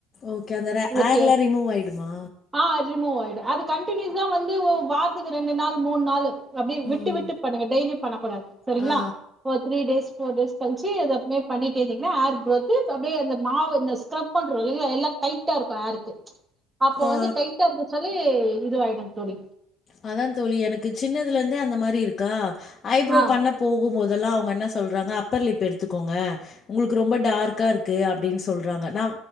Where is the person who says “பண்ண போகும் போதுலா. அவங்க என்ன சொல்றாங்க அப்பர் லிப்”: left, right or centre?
Left